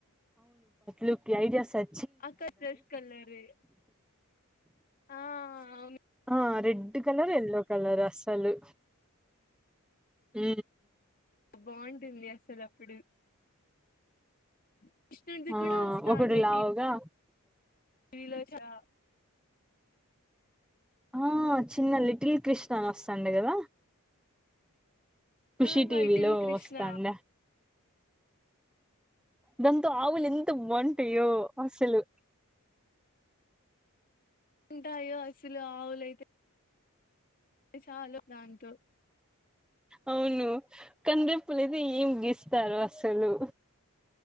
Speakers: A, in the centre; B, on the left.
A: లుకు లైడియ స
B: అక్క ఫ్రెష్ కలరి ఆ అవును
A: ఆ red red colour yellow colour అసలు ఉ
B: బాగుంటుంది అసలు అప్పుడు <inaudible>
A: ఆ
B: కూడా వస్తాండే
A: ఒకటి లావు గా
B: టీవీలో చాలా
A: ఆ చిన్న లిటిల్ కృష్ణని వస్తాండే కదా ఖుషి
B: ఆ మైటిల్
A: టీవీలో
B: కృష్ణ
A: వస్తాండ దాంతో ఆవులిన్ ఎంత బాగుంటాయో
B: అవును
A: అసలు
B: ఉంటాయో అసలు ఆవులైతే చాలు దాంతో
A: అవును కందే పులిది ఏం గిస్తారు అస సలు